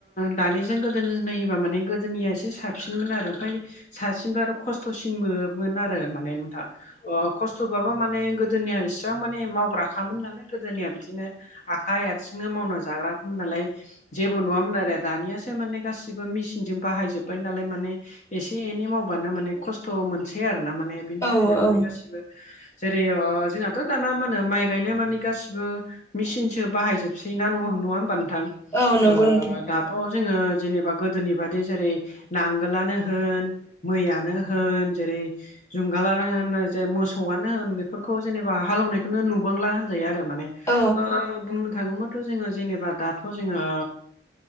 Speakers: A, on the left; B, on the left.
A: दानिजों गोदोनि नायोबा माने गोदोनियासो साबसिनमोन आरो ओमफाय सासिनबो आरो खस्थ'सिनबोमोन आरो माने नोंथां अ खस्थ'बाबो माने गोदोनिया इसिबां माने मावग्राखामोन नालाय गोदोनिया बिदिनो आखाइ आथिंनो मावना जाग्राखामोन नालाय जेबो नुवामोन आरो दानियासो माने गासिबो मेसिनजों बाहायजोबबाय नालाय माने एसे एनै मावबानो माने खस्थ' मोनसै आरो ना माने बिनि
B: औ
A: थाखायनो माने
B: औ
A: गासिबो जेरै अ जोंहाथ' दाना मानो माइ गायनाय माने गासिबो मेसिनसो बाहायजोब सै ना नङा-नङा होमबा नोंथां
B: औ नंगौ
A: ओ
B: नोंथां
A: दा थ' जोङो जेनेबा गोदोनि बादि जेरै नांगोलानो होन मैयानो हो होन जेरै जुंगालानो जे मोसौआनो होन बेफोरखौ जेनेबा हालौनायखोनो नुबांला होनजायो आरो माने
B: औ
A: ओ बुंनो थाङोबाथ' जोङो जेनेबा दाथ' जोङो ओ